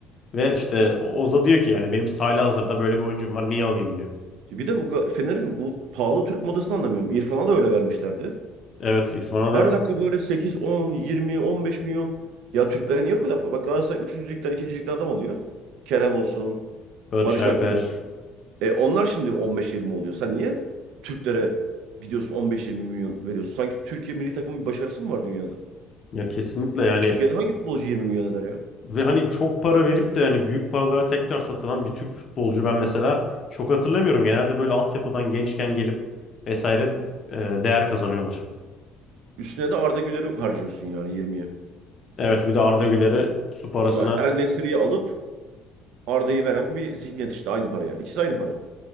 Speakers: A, on the left; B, on the right.
A: Ve işte o o da diyor ki yani benim sahada hazırda böyle bir oyuncum var niye alayım diyor.
B: Bir de bu Ga- Fener'in bu pahalı Türk modasını anlamıyorum. İrfan'a da öyle vermişlerdi.
A: Evet İrfan'a da
B: Her dakika böyle sekiz on yirmi on beş milyon. Ya Türklere niye o kadar para? Bak Galatasaray 3. ligden 2. ligden adam alıyor. Kerem olsun,
A: Barış
B: Barış
A: Alper.
B: Alper olsun. E onlar şimdi on beş yirmi oluyor. Sen niye Türklere gidiyorsun on beş yirmi milyon veriyorsun? Sanki Türkiye milli takımın bir başarısı mı var dünyada?
A: Ya kesinlikle yani
B: Türkiye'de hangi futbolcu 20 milyon eder ya?
A: ve hani çok para verip de hani büyük paralara tekrar satılan bir Türk futbolcu ben mesela çok hatırlamıyorum. Genelde böyle altyapıdan gençken gelip vesaire e, değer kazanıyorlar.
B: Üstüne de Arda Güler'i harcıyorsun yani yirmiye
A: Evet bir de Arda Güler'e su parasına
B: Yani El Nesiri'yi alıp Arda'yı veren bir zihniyet işte aynı paraya. İkisi aynı para.